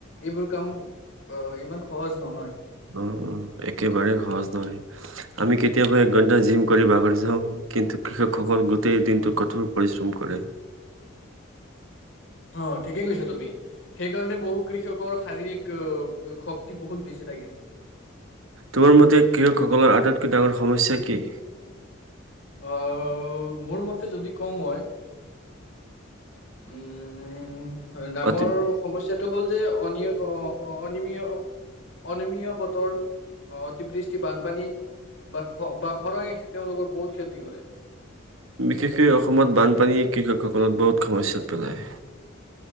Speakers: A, on the left; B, on the right.
A: এইবোৰ কাম আহ ইমান সহজ নহয়।
B: অঁ একেবাৰে সহজ নহয় আমি কেতিয়াবা এক ঘণ্টা জিম কৰি ভাগৰি যাওঁ কিন্তু কৃষকসকল গোটেই দিনটো কঠোৰ পৰিশ্ৰম কৰে।
A: অ ঠিকেই কৈছা তুমি সেইকাৰণে বহু কৃ ষকৰ শাৰীৰিক শক্তি বহুত বেছি থাকে।
B: তোমোৰ মতে কৃষকসকলৰ আটাইতকৈ ডাঙৰ সমস্যা কি?
A: অ মোৰ মতে যদি কওঁ মই উম ডাঙৰ
B: অতি
A: সমস্যাটো হ'ল যে অনি অ অনি অনিমিয়া বতৰ আহ অতিবৃষ্টি বানপানী বা বা খৰাঙে তেওঁলোকৰ বহুত ক্ষতি কৰে।
B: বিশেষকৈ অসমত বানপানীয়ে কৃষকসকলত বহুত সমস্যাত পেলায়।